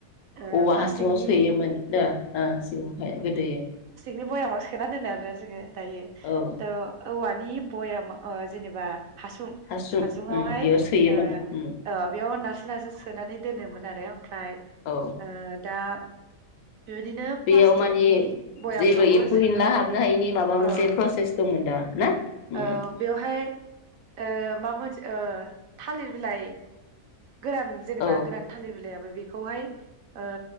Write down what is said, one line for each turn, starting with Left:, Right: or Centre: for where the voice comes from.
Right: ओ
Left: औवा
Right: प्लास्टिकनि
Left: हासुङाव सोयोमोन दा ओ सिगाङावहाय गोदोयो।
Right: नि बयामाव सोना दोनो आरोना जोङो। दायो
Left: औ
Right: त औवानि बयाम ओ जेनेबा हासुं
Left: हासुं
Right: हासुुंआवहाय
Left: उम बेयाव सोयोमोन
Right: ओ
Left: उम
Right: ओ बेयाव नारस <unintelligible> सो सोनानै दोनोमोन आरो ओमफ्राय
Left: औ
Right: ओ दा बेबायदिनो
Left: बेयाव
Right: प्लास्टिकनि
Left: मानि
Right: भयामफ्रावबो
Left: जेबो एम्फौ
Right: सोयो
Left: एनला
Right: नामा
Left: हाबनो हायैनि माबा
Right: औ
Left: मोनसे प्रसेस दंमोन दा ना
Right: औ
Left: उम
Right: बेवहाय ओ मा मोन ओ थालिर बिलाइ गोरान जेनेबा
Left: औ
Right: गोरान थालिर बिलायाव <unintelligible> बेखौहाय ओ